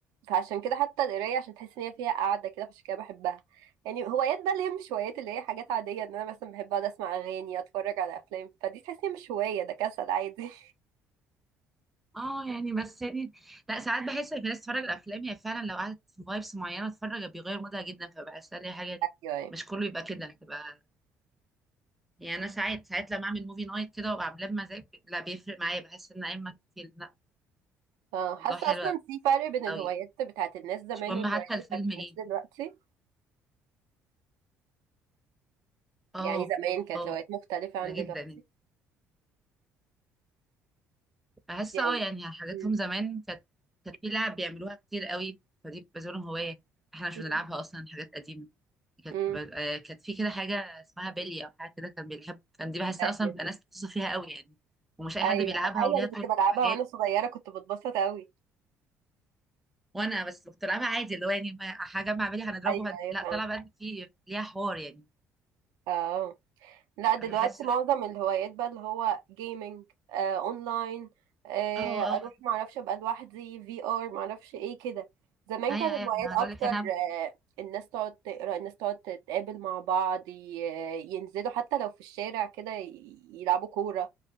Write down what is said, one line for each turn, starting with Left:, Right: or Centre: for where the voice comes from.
Right: فعشان كده حتى القراية عشان تحس ان هي فيها قعدة كده فعشان كده بحبها يعني هوايات بقى اللي هي مش هوايات اللي هي حاجات عادية ان انا مثلا بحب اقعد اسمع اغاني اتفرج على افلام فدي تحس ان هي مش هواية ده كسل عادي
Centre: اه يعني بس يعني لا ساعات بحس ان في ناس بتتفرج على الافلام هي فعلا لو قعدت في فايبس معينه تتفرج بيغير مودها جدا فبحسها لي حاجه دي
Right: <laughs>
Centre: مش كله يبقى كده تبقى يعني انا ساعات ساعات لما اعمل موفي نايت كده وابقى عاملاه بمزاج لا بيفرق معايا بحس ان ايما كتير لا
Right: اه حاسه
Centre: الله حلو
Right: اصلا في فرق بين الهوايات
Centre: قوي
Right: بتاعت الناس زمان
Centre: مش مهم
Right: والهوايات
Centre: حتى الفيلم
Right: بتاعت
Centre: ايه
Right: الناس دلوقتي
Centre: اه
Right: يعني زمان كانت
Centre: اه
Right: الهوايات مختلفه عن
Centre: ده جدا
Right: دلوقتي
Centre: يعني بحس
Right: يعني
Centre: اه يعني حاجاتهم
Right: امم
Centre: زمان كانت كانت في لعب بيعملوها كتير قوي فدي بتبقى زي لهم هوايه احنا مش
Right: امم
Centre: بنلعبها اصلا حاجات قديمه كانت
Right: امم
Centre: ب- آه، كانت في كده حاجة اسمها بلي أو حاجة كده كان بيحب كان دي بحسها
Right: ايوه
Centre: أصلا بيبقى ناس بتوصف فيها قوي يعني ومش أي
Right: ايوه
Centre: حد بيلعبها
Right: ايوه
Centre: وليها
Right: انا
Centre: طرق
Right: كنت بلعبها
Centre: وحاجات
Right: وانا صغيره كنت بتبسط قوي
Centre: وأنا بس كنت بلعبها عادي اللي هو يعني ما- هجمع بلي هنضربه
Right: ايوه
Centre: هن...
Right: ايوه
Centre: لا
Right: فاهم
Centre: طلع بقى إن في ليها حوار يعني
Right: اه لا دلوقتي
Centre: أنا بحس لا
Right: معظم الهوايات بقى اللي هو جيمنج آه اونلاين آه
Centre: اه اه
Right: اروح
Centre: أه،
Right: معرفش ابقى لوحدي في ار معرفش ايه كده زمان
Centre: أيوه
Right: كانت
Centre: أيوة، يعني
Right: الهوايات
Centre: هقول
Right: اكتر
Centre: لك أنا
Right: آه الناس تقعد تقرا الناس تقعد تتقابل مع بعض ي- ينزلوا حتى لو في الشارع كده ي- يلعبوا كورة